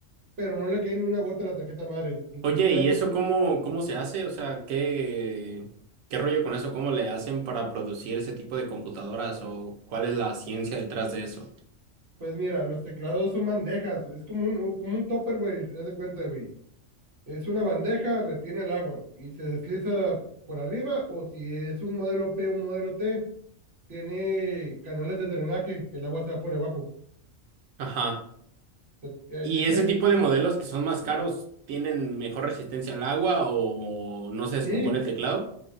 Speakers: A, on the right; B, on the right.
A: pero no le cae ni una gota a la tarjeta madre. Inclusive
B: Oye, ¿y
A: algo,
B: eso cómo, cómo se hace? O sea, ¿qué, qué rollo con eso? ¿Cómo le hacen para producir ese tipo de computadoras o cuál es la ciencia detrás de eso?
A: pues mira, los teclados son bandejas. Es como un, un- como un topper, güey. Haz de cuenta, güey. Es una bandeja, retiene el agua y se desliza por arriba. O si es un modelo P, un modelo T, tiene canales de drenaje, el agua se va por debajo.
B: Ajá.
A: Se- eh,
B: ¿Y
A: de hecho,
B: ese
A: hay,
B: tipo de modelos que son más caros tienen mejor resistencia al agua o no se descompone
A: sí,
B: el teclado?